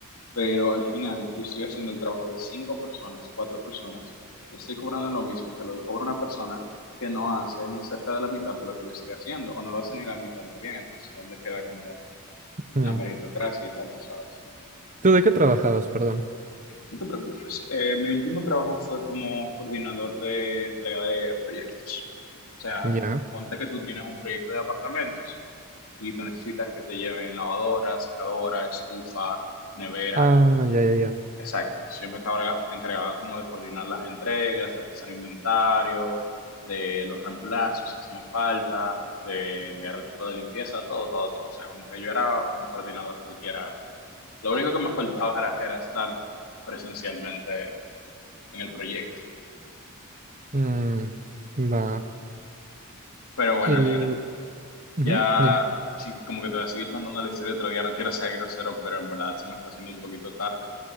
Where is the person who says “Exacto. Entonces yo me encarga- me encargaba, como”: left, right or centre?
Left